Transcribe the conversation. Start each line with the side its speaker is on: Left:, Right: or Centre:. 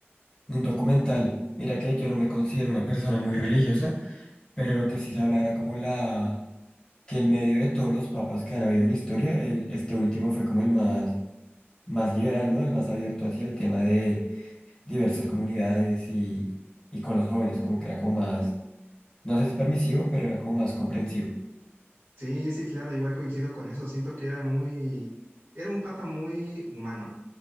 Left: un documental. Mira que yo no me considero una persona muy religiosa, pero lo que sí se habla era como la que en medio de todos los papas que han habido en historia, el, este último fue como el más, más liberal, ¿no? El más abierto hacia el tema de diversas comunidades y, y con los jóvenes, como que era como más, no sé si permisivo, pero era como más comprensivo.
Right: Sí, sí, claro, igual coincido con eso. Siento que era muy, era un papa muy humano.